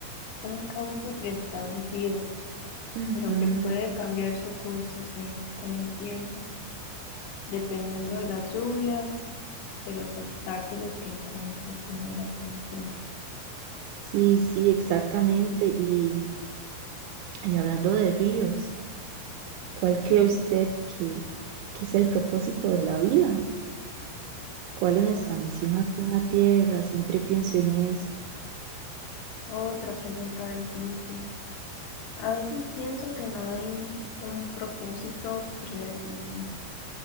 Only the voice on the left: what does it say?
un cauce preestablecido,
pero que puede cambiar su curso, sí, con el tiempo, dependiendo de las lluvias, de los obstáculos que encuentre, tiene razón, sí.
Otra pregunta difícil. A veces pienso que no hay un propósito predefinido